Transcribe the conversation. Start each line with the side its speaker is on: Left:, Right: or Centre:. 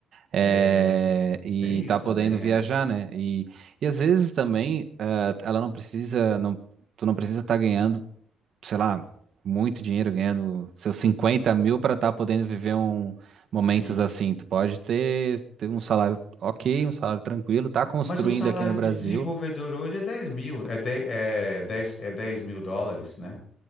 Right: É,
Left: É,
Right: e
Left: tem
Right: tá
Left: isso
Right: podendo
Left: também,
Right: viajar,
Left: né?
Right: né? E, e às vezes também, ah, ela não precisa, não, tu não precisa estar ganhando. sei lá, muito dinheiro ganhando seus 50 mil para estar podendo viver um, momentos
Left: Sim.
Right: assim. Tu pode ter, ter um salário ok, um salário tranquilo, tá construindo
Left: Mas um salário
Right: aqui no Brasil.
Left: de desenvolvedor hoje é 10 mil, é, de, é, 10 é 10 mil dólares, né?